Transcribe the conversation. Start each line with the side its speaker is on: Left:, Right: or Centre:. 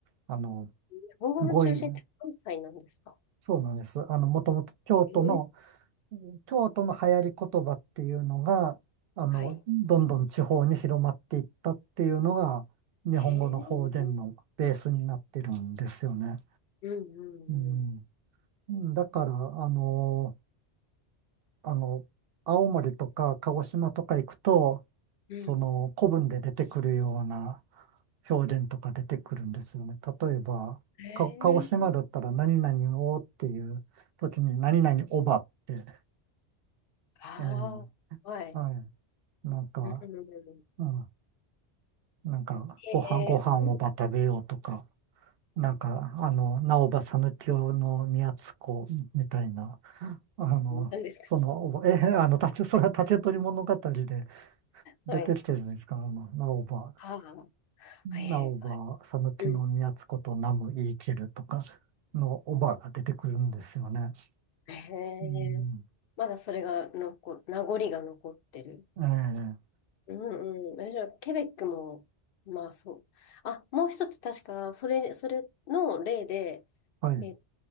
Right: あの、
Left: 日本語の中心って関西なんですか
Right: 語彙、そうなんです。あの、もともと京都の、
Left: えー、
Right: 京都の流行り言葉っていうのが、あの、
Left: はい。
Right: どんどん地方に広まっていったっていうのが、日本語の方言のベースになってるんですよね。
Left: えー、うんう
Right: うん。
Left: んう
Right: だから、あの、あの、青森とか鹿児島とか行くと、
Left: んう
Right: その古文で出てくるような表現とか出てくるんですよね。例えば、
Left: んえー、
Right: か鹿児島だったら何々をっていう時に何々おばって、
Left: ああ、
Right: えー
Left: はい。
Right: はい。なんか、
Left: うんうんうん
Right: うん。なんか、
Left: えー、
Right: ご飯、ご飯おば食べようとか、なんか、あの、なおばさぬきよの宮津子みたいな。あの、
Left: うんなんですか
Right: その、<laughs> え、あの、竹それは竹取物語で出てきてるじゃないですか。
Left: はい。
Right: あの、直ば、
Left: は
Right: 直ば、
Left: あ、えーう
Right: 佐野木の岐宮津ことナム言い切るとかのおばが出てくるんですよね。
Left: ん。えー、ええ
Right: うん。
Left: まだそれが残、名残が残ってる。
Right: ええ
Left: うんうん。え、じゃあ、ケベックも、まあそう。あ、もう一つ確か、それ、それの例で、
Right: はい、
Left: え、